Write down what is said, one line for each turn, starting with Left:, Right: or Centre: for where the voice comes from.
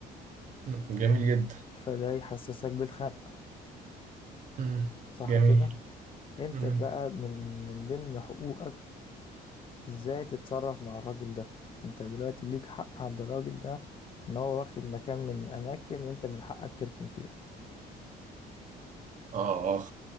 Right: مم. جميل جدا
Left: فده يحسسك بالخنق
Right: مم.
Left: صح
Right: جميل
Left: كده انت
Right: مم.
Left: بقى من من ضمن حقوقك ازاي تتصرف مع الراجل ده انت دلوقتي ليك حق عند الراجل ده ان هو واخد مكان من اماكن انت من حقك تركن فيها
Right: آه آه